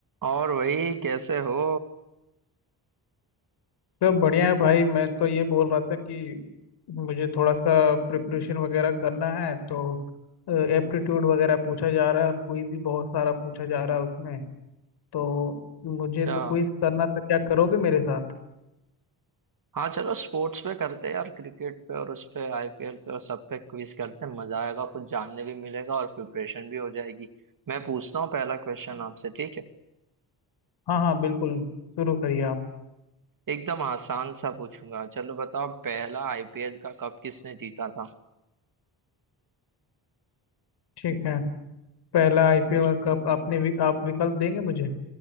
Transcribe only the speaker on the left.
सब बढ़िया है भाई मैं तो ये बोल रहा था कि मुझे थोड़ा सा प्रिपरेशन वगैरह करना है तो एप्टीट्यूड वगैरह पूछा जा रहा है और क्विज भी बहुत सारा पूछा जा रहा है उसमें तो मुझे
तो क्विज करना था क्या करोगे मेरे साथ
हाँ हाँ बिल्कुल शुरू करिए आप
ठीक है पहला आईपीएल वर्ल्ड कप आपने वि, आप विकल्प देंगे मुझे